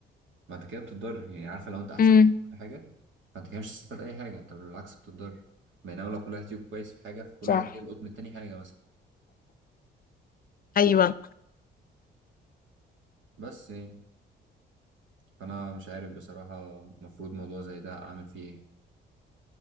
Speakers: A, on the right; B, on the left.
A: ما انت كده بتضر يعني عارفه لو انت احسن
B: امم
A: واحد في كل حاجه فانت كده مش هتستفاد اي حاجه انت بالعكس بتضر بينما لو كل واحد فيكم كويس في حاجه فكل
B: صح
A: واحد يلقط من التاني حاجه مثلا
B: ايوه
A: بس يعني فانا مش عارف بصراحه المفروض موضوع زي ده اعمل فيه ايه